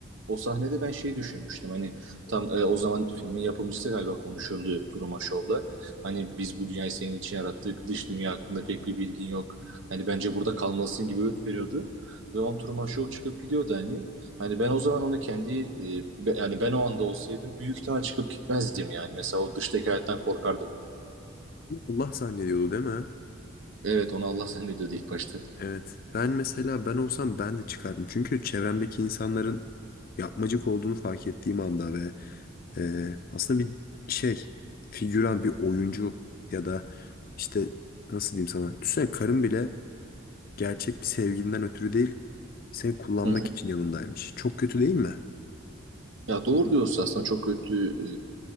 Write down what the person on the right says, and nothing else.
O sahnede ben şey düşünmüştüm hani tam e, o zaman filmin yapımcısı galiba konuşuyordu Duruma Show'la. Hani biz bu dünyayı senin için yarattık. Dış dünya hakkında pek bir bilgin yok. Hani bence burada kalmalısın gibi öğüt veriyordu. Ve on Truman Show çıkıp gidiyordu hani. Hani ben o zaman onu kendi e, be- yani ben o anda olsaydım büyük ihtimal çıkıp gitmezdim yani. Mesela o dıştaki hayattan korkardım.
Evet onu Allah zannediyordu ilk başta.
Hı hı.
Ya doğru diyorsun aslında çok kötü